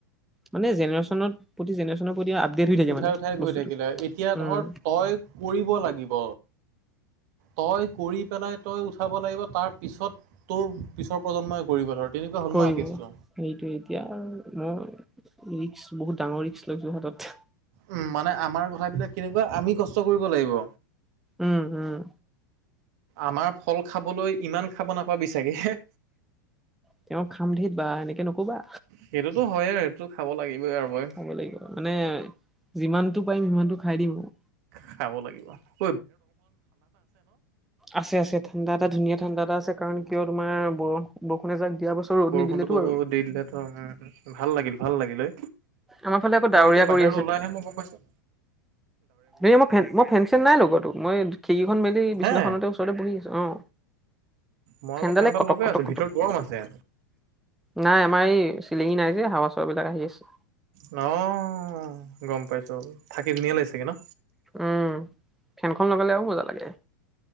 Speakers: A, in the centre; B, on the right.
A: মানে জেনেৰে্যন প্ৰতি জেনেৰেশ্যনৰ প্ৰতি আপডেট হৈ থাকে
B: উঠাই
A: মানে
B: উঠাই গৈ
A: বস্তুটো
B: থাকিলে এতিয়া
A: উম
B: ধৰ তই কৰিব লাগিব। তই কৰি পেলাই তই উঠাব লাগিব তাৰ পিছত তোৰ পিছৰ প্ৰজন্মই কৰিব ধৰ তেনেকুৱা হ'ল
A: কৰিব
B: ন কেছটো
A: সেইটো এতিয়া মই ৰি্ বহুত ডাঙৰ ৰিক্স লাইছোঁ হাতত।
B: উম, মানে আমাৰ কথাবিলাক কেনেকুৱা আমি কষ্ট কৰিব লাগিব।
A: উম, উম।
B: আমাৰ ফল খাবলৈ ইমান খাব নাপাবি চাগে,
A: তেওঁ <inaudible> বা এনেকে নকবা।
B: সেইটোতো হয় আৰু সেইটো খাব লাগিবই আৰু মই
A: খাব লাগিব মানে যিমানতটো পাৰিম সিমানতটো খাই দিম আৰু।
B: খাব লাগিব আৰু।
A: আছে আছে ঠাণ্ডা এটা ধুনীয়া ঠাণ্ডা এটা আছে। কাৰণ কিয় তোমাৰ বৰ-বৰষুণে এজাক দিয়া বছৰ ৰ'দ
B: বৰষুণতটো
A: নিদিলেতো আৰু।
B: দি দিলে <inaudible> ভাল লাগিল ভাল লাগিলঐ,
A: আমাৰ ফালে আকৌ
B: মই
A: ডাৱৰীয়া
B: এতিয়া বাহিৰলৈ
A: কৰি
B: ওলাই আহে মই গম পাইছোঁ।
A: ধুন মই ফেন মই ফেন চেন নাই লগোৱাতো মই খিৰিকিীখন মেলি
B: হে
A: বিচনাখনতে ওচৰতে বহি আছোঁ। অ,
B: মই
A: ফেনডালে
B: আকৌ ফেনডাল
A: কটক
B: লগাই
A: কটক
B: আছো
A: কটক
B: ভিতৰত গৰম আছে
A: নাই আমাৰ এই চিলিঙি নাই যে হাৱা চাবিলাক আহি আছে।
B: অ', গম পাইছোঁ থাকি ধুনীয়া লাগিছেগে ন?
A: উম, ফেনখন লগালে আৰু বজা লাগে।